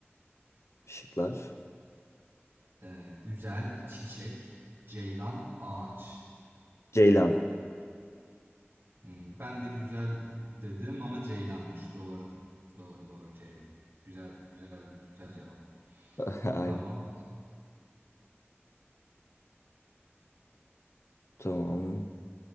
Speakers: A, on the left; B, on the right.
A: Şıklar.
B: Ee, güzel, çiçek, ceylan, ağaç.
A: Ceylan.
B: Hmm, ben de güzel dedim ama ceylanmış. Doğru. Doğru doğru ceylan. Güzel güzel güzel cevap.
A: <laughs> Aynen.
B: Tamam.
A: Tamam.